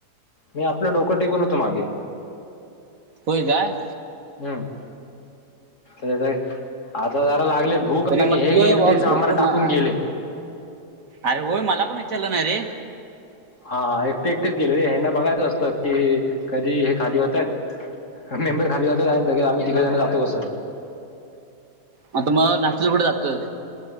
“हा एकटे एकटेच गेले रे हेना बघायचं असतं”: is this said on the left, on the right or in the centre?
Left